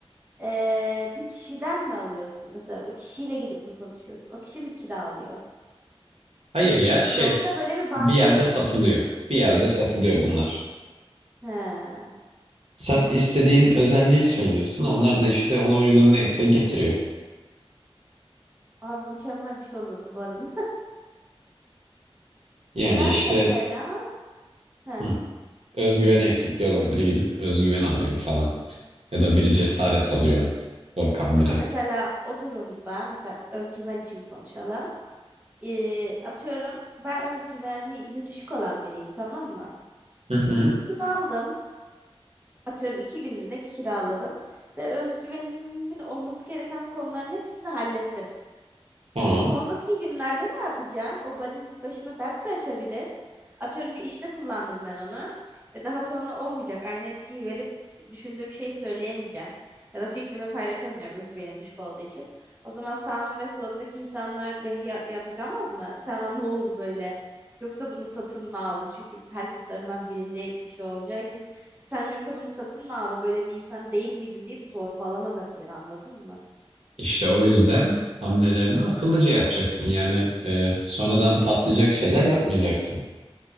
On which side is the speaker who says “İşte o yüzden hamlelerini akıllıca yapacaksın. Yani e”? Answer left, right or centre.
Right